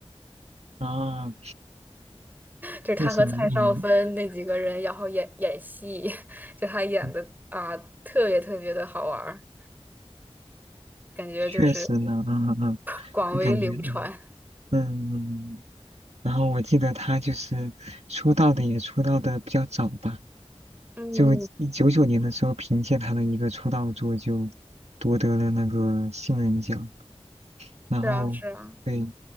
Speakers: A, on the right; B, on the right.
A: 啊，
B: 就是他和蔡少芬那几个人，
A: 确实呢，嗯，
B: 然后演演戏，<laughs> 就他演的啊，
A: 嗯
B: 特别特别的好玩儿，感觉就是
A: 确实呢，嗯嗯，
B: <laughs> 广为流传。
A: 嗯感觉，嗯嗯，然后我记得他就是出道的也出道的比较早吧，
B: 嗯，
A: 就九九年的时候，凭借他的一个出道作就夺得了那个新人奖，然后对，
B: 是啊，是啊，